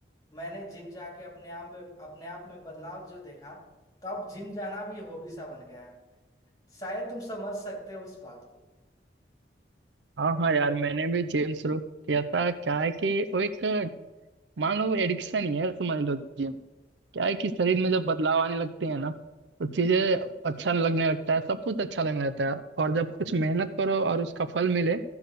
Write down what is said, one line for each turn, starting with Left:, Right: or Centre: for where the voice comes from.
Left: मैंने जिम जाके अपने आप में अपने आप में बदलाव जो देखा तो अब जिम जाना भी हॉबी सा बन गया है शायद तुम समझ सकते हो इस बात को
Right: हाँ हाँ यार मैंने भी जिम शुरू किया था क्या है कि वो एक मान लो एडिक्शन ही है समझ लो जिम क्या है कि शरीर में जब बदलाव आने लगते हैं ना तो चीजें अच्छा लगने लगता है सब कुछ अच्छा लगने लगता है यार और जब कुछ मेहनत करो और उसका फल मिले